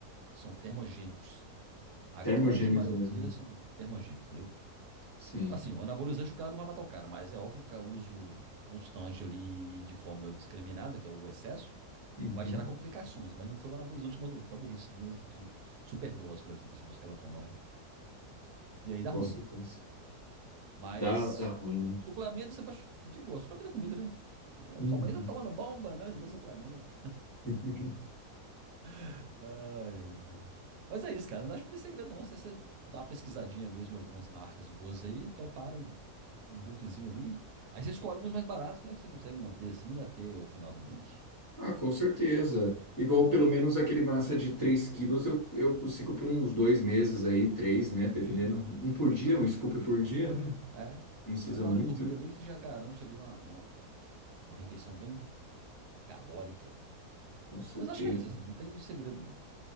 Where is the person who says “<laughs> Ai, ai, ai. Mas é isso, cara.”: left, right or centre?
Right